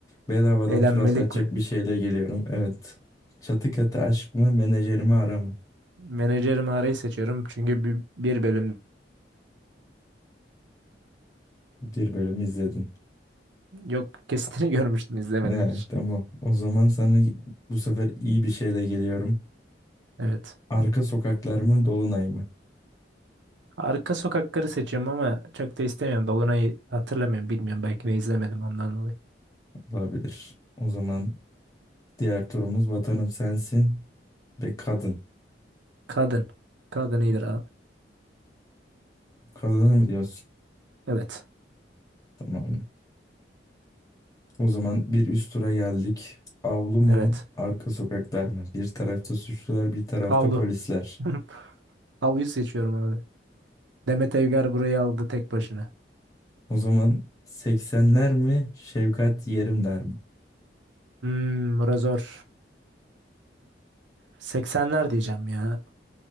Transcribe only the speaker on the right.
Eğlenmelik
mi?
Menajerimi arayı seçiyorum çünkü bir, bir bölüm
yok kesitini <laughs> görmüştüm izlemedim
hiç.
Evet.
Arka sokakları seçiyorum ama çok da istemiyorum. Dolunay'ı hatırlamıyorum bilmiyorum belki de izlemedim ondan dolayı.
Kadın. Kadın iyidir abi.
Evet.
Evet.
Avlu.
<laughs> Avluyu seçiyorum abi. Demet Evgar burayı aldı tek başına.
Hmm, bura zor. 80'ler diyeceğim ya.